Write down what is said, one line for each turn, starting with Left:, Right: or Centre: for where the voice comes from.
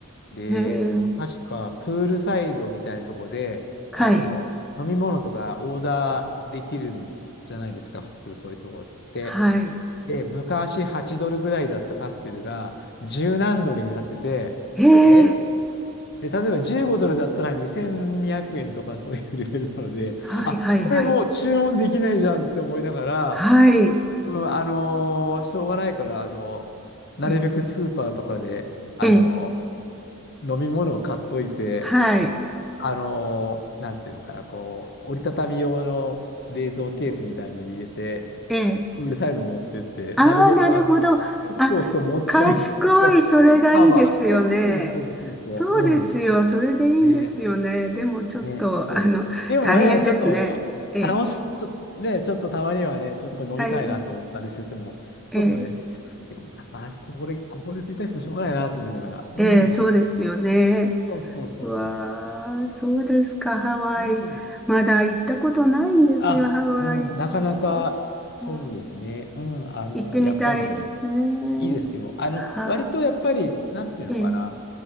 Left: で、
Centre: へえ、
Left: えっと確かプールサイドみたいなとこで、
Centre: はい、
Left: あの、飲み物とかオーダーできるんじゃないですか、普通そういうとこって。
Centre: はい。
Left: で、昔8ドルぐらいだったカクテルが10何ドルになってて、
Centre: へえ、
Left: えっつって例えば15ドルだったら2200円とかそういうレベルなので、
Centre: はい、
Left: あ、
Centre: はい、
Left: これもう注文できないじゃんって思いながら、
Centre: はい。はい。
Left: うん、あのーしょうがないから、あのーなるべくスーパーとかで、
Centre: え、
Left: あの
Centre: え、
Left: ー飲み物を買っといて、
Centre: はい、
Left: あのーなんていうのかな、こう、折りたたみ用の冷蔵ケースみたいのに入れて、
Centre: え、
Left: プールサイド持ってって、
Centre: ああ、
Left: なるべくあの、
Centre: なるほど。あ、
Left: そうそう、持ち込みで、
Centre: 賢い、それがいいですよね。
Left: カバー、そうそうそうそう、
Centre: そうですよ、
Left: うん。
Centre: それでいいんですよね。
Left: ね、
Centre: でもちょっと、
Left: ね、そう。
Centre: あの、
Left: でもね、
Centre: 大変ですね。
Left: ちょっと、
Centre: え、
Left: 楽し、ちょ、ね、ちょっとたまにはね、そういうところ飲みたいなと思ったりしても、
Centre: はい、え、
Left: ちょっとね、でもまあ、まあここで、ここでついたしてもしょうがないなと思いながら、うん。
Centre: え、そうですよね。
Left: そうそうそうそ
Centre: うわあ、そうですか、ハワイ。
Left: う。うん
Centre: まだ行ったことないんですよ、
Left: あ、
Centre: ハワイ。
Left: うん、なかなかそうですね。
Centre: うん
Left: うん、あの、
Centre: 行ってみたいですね。
Left: やっぱりいいですよ。あの、
Centre: はあ、
Left: 割とやっぱり、なんていうのかな。
Centre: ええ、